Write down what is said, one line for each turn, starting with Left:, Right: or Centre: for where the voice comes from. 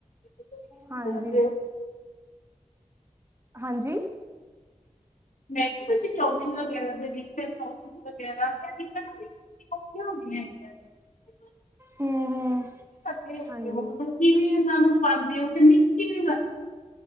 Left: ਮਿਕਸ
Right: ਹਾਂਜੀ
Left: ਕਰਦੇ ਐ
Right: ਹਾਂਜੀ।
Left: ਮੈਂ ਕਿਹਾ ਤੁਸੀਂ ਚੋਮੀਨ ਵਗੈਰਾ ਦੇ ਵਿੱਚੇ ਸੋਸ <unintelligible> <unintelligible>
Right: ਹਮ ਹਮ ਹਾਂਜੀ
Left: ਕਿਵੇਂ ਇਹਨਾਂ ਨੂੰ ਪਾਂਦੇ ਓ ਤੇ ਮਿਕਸ ਕਿਵੇਂ ਕਰਦੇ